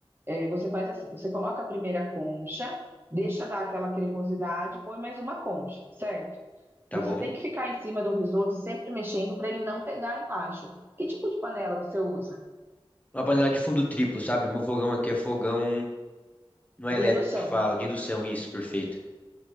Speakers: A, on the right (about 20°); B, on the left (about 15°).
A: é, você faz assim: você coloca a primeira concha, deixa dar aquela cremosidade, põe mais uma concha, certo?
B: Tá
A: Você
B: bom.
A: tem que ficar em cima do risoto e sempre mexendo para ele não pegar embaixo. Que tipo de panela você usa?
B: Uma panela de fundo triplo, sabe? Meu fogão aqui é fogão. Não é elétrico
A: De indução,
B: que fala, de indução, isso, perfeito.